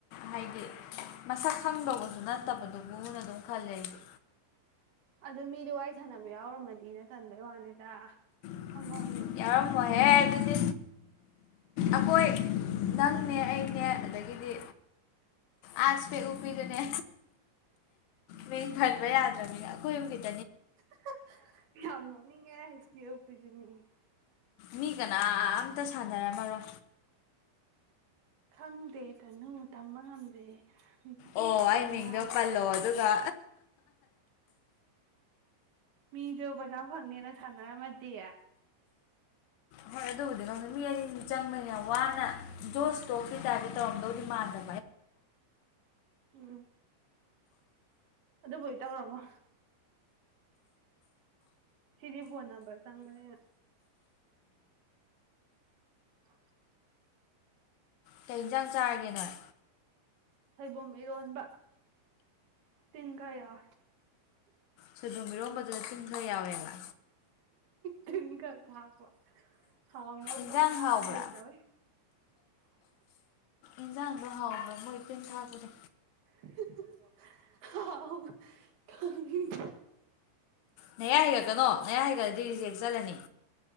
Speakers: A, on the left; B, on the right.
A: ꯍꯥꯏꯗꯤ ꯃꯁꯛ ꯈꯪꯗꯧꯕꯁꯨ ꯅꯠꯇꯕꯗꯨꯕꯨꯅ ꯑꯗꯨꯝ ꯈꯜꯂꯦ ꯑꯩꯗꯤ
B: ꯑꯗꯨ ꯃꯤꯗꯣ ꯋꯥꯔꯤ ꯁꯥꯟꯅꯕ ꯌꯥꯎꯔꯝꯃꯅꯤꯅ ꯇꯟꯕꯩ ꯋꯥꯅꯤꯗ
A: ꯌꯧꯔꯝꯃꫭꯏꯌꯦ
B: ꯈꯪꯕ ꯉꯝꯗꯦꯗꯅ
A: ꯗꯤ ꯑꯩꯈꯣꯏ ꯅꯪꯅꯦ ꯑꯩꯅꯦ ꯑꯗꯒꯤꯗꯤ ꯑꯥꯁ ꯄꯦꯛ ꯎꯞꯄꯤꯗꯨꯅꯦ ꯃꯤꯡ ꯐꯟꯕ ꯌꯥꯗ꯭ꯔꯕꯅꯤꯅ ꯑꯩꯈꯣꯏ ꯑꯗꯤ
B: <unintelligible> ꯌꯥꯝ ꯅꫭꯛꯅꯤꯡꯉꯦ ꯏꯁꯄꯦꯛ ꯎꯄꯤꯗꯨꯅꯤ
A: ꯃꯤ ꯀꯅꯥ ꯑꯝꯇ ꯁꯥꯅ ꯈꯔ
B: ꯈꯪꯗꯦ ꯇꯅꯨ ꯇꯝꯕ ꯉꯝꯗꯦ ꯃꯤꯅ ꯄꯩꯁꯥ
A: ꯑꯣ
B: ꯐꯪꯅꯤ
A: ꯑꯩ ꯃꯤꯡꯗꯣ
B: ꯍꯥꯏꯔꯒ
A: ꯄꯜꯂꯣ ꯑꯗꯨꯒ
B: ꯃꯤꯁꯨ ꯄꯩꯁꯥ ꯐꯪꯅꯦꯅ ꯁꯥꯟꯅꯔꯝꯃꯗꯤ
A: ꯍꯣꯏ ꯑꯗꯨꯕꯨꯗꯤ ꯈꯪꯗꯦ ꯃꯤ ꯑꯅꯤꯃ ꯆꯪꯕꯅ ꯌꯥꯝ ꯋꯥꯅ ꯖꯣꯁꯇꯣꯛꯀꯤ ꯇꯥꯏꯞꯇ ꯇꯧꯔꯝꯗꯧꯗꯤ ꯃꯥꯟꯗ
B: ꯎꯝ ꯑꯗ ꯄꯣꯏ ꯇꯧꯔꯝꯃꯣ ꯁꯤꯗꯤ ꯐꯣꯟ ꯅꯝꯕ꯭ꯔ ꯆꯪꯕꯅꯤꯅ <inaudible> <inaudible>
A: ꯀꯩ ꯌꯦꯟꯁꯥꯡ ꯆꯥꯔꯒꯦꯅꯣꯏ
B: ꯁꯣꯏꯕꯨꯝ ꯏꯔꯣꯟꯕ ꯇꯤꯟꯈ ꯌꯥꯎꯋꯦ
A: ꯁꯣꯏꯕꯨꯝ ꯏꯔꫭꯝꯕꯗꯨꯗ ꯊꯤꯟ ꯈ ꯌꯥꯎꯋꯦꯕ
B: ꯇꯤꯟꯀ ꯊꯥꯛꯄꯤ ꯍꯥꯎꯅꯕ
A: ꯏꯟꯖꯥꯡ
B: ꯉ
A: ꯍꯥꯎꯕ꯭ꯔꯥ
B: ꯂꯩꯇꯕ
A: ꯏꯟꯖꯥꯡꯗꯣ ꯍꯥꯎꯕ꯭ꯔꯥ ꯃꯣꯏ ꯇꯤꯟ ꯊꯥꯛꯄꯗꯣ
B: <unintelligible> ꯍꯥꯎ ꯈꯪꯗꯦ
A: ꯅꯌꯥ ꯍꯤꯒꯠꯀꯅꯣ ꯅꯌꯥ ꯍꯤꯒꯠꯂꯗꯤ ꯔꯤꯖꯦꯛ ꯆꯠꯂꯅꯤ